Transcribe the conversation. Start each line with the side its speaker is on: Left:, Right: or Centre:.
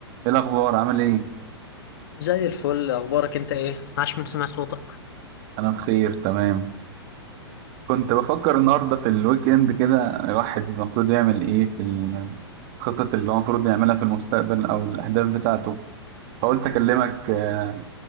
Right: ايه الاخبار عامل ايه
Left: زي الفل اخبارك انت ايه عاش من سمع صوتك
Right: انا بخير تمام كنت بفكر النهارده في الويك اند كده الواحد المفروض يعمل ايه في الخطط اللي هو المفروض يعملها في المستقبل او الاهداف بتاعته فقلت اكلمك آه،